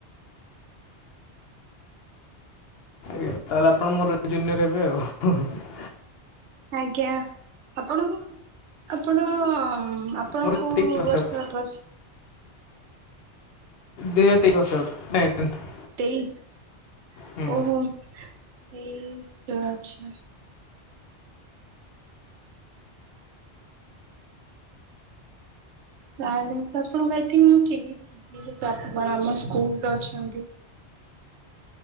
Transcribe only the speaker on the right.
ଆଜ୍ଞା ଆପଣଙ୍କ ଆପଣ ଆ ଆପଣ
କୋଉ
ବର୍ଷ ପାସ
ତେଇଶ
ଓହୋ ତେଇଶ ଆଚ୍ଛା। ତାହେଲେ ତ ଆପଣଙ୍କୁ ଆଇ ଥିଙ୍କ ମୁଁ ଚିହ୍ନିଥିବି ଯେହେତୁ ଆପଣ ଆମ ସ୍କୁଲରେ ଅଛନ୍ତି।